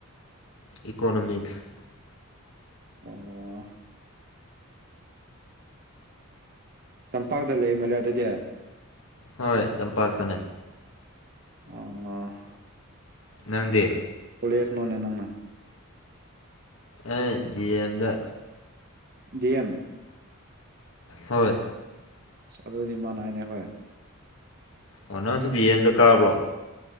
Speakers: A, on the left; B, on the right.
A: ꯏꯀꯣꯅꯣꯃꯤꯛꯁ
B: ꯑꯣ ꯇꯝꯄꯥꯛꯇ ꯂꯩ ꯃꯜꯂꯦ ꯑꯗꯨꯗꯤ
A: ꯍꯣꯏ ꯇꯝꯄꯥꯛꯇꯅꯦ
B: ꯑꯣ
A: ꯅꯪꯗꯤ
B: ꯀꯣꯂꯦꯖ ꯅꯣꯅꯦ ꯅꯪꯅ
A: ꯑꯩ ꯗꯤ ꯌꯦꯟꯗ
B: ꯗꯤ ꯑꯦꯝ
A: ꯍꯣꯏ
B: ꯑꯁ ꯑꯗꯨꯗꯤ ꯃꯅꯩꯅꯦ ꯈꯣꯏ
A: ꯑꯣ ꯅꯪꯁꯨ ꯗꯤ ꯑꯦꯝꯗ ꯀꯥꯕ꯭ꯔꯣ